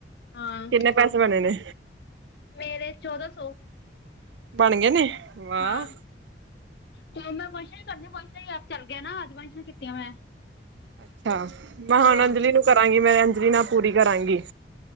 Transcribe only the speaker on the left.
ਹਾਂ।
ਮੇਰੇ ਚੌਦਾਂ ਸੌ।
ਹਾਂ, ਤੇ ਮੈਂ ਵੰਸ਼ਾਂ ਹੀ ਕਰਨੀਆਂ, ਵਇਸ਼ਾ ਹੀ ਆਪ ਚੱਲ ਗਿਆ ਨਾ, ਅੱਜ ਵੰਸ਼ਾਂ ਕੀਤੀਆਂ ਮੈਂ।
ਹਾਂ